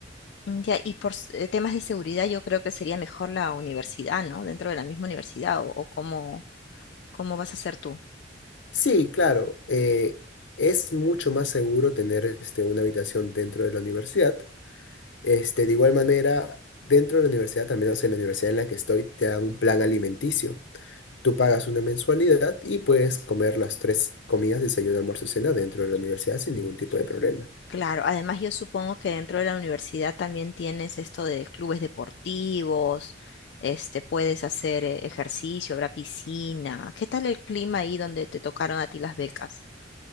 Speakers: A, on the left; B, on the left.
A: ya, y por s- eh, temas de seguridad, yo creo que sería mejor la universidad, ¿no? Dentro de la misma universidad, o, o cómo, cómo vas a hacer tú.
B: Sí, claro. eh, es mucho más seguro tener este, una habitación dentro de la universidad. Este, de igual manera, dentro de la universidad, al menos en la universidad en la que estoy, te dan un plan alimenticio. Tú pagas una mensualidad y puedes comer las tres comidas, desayuno, almuerzo y cena dentro de la universidad sin ningún tipo de problema.
A: Claro, además yo supongo que dentro de la universidad también tienes esto de clubes deportivos, este, puedes hacer eh, ejercicio, habrá piscina. ¿Qué tal el clima ahí donde te tocaron a ti las becas?